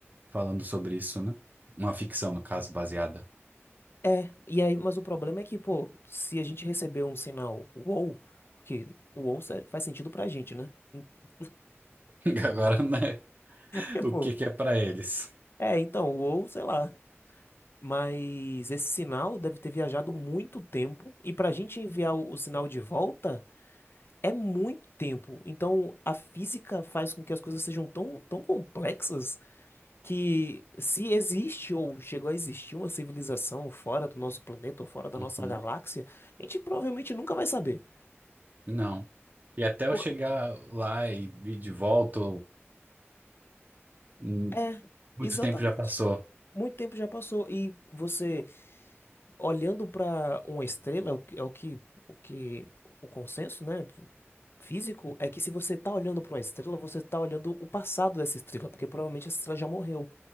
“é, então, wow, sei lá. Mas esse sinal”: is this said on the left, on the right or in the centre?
Left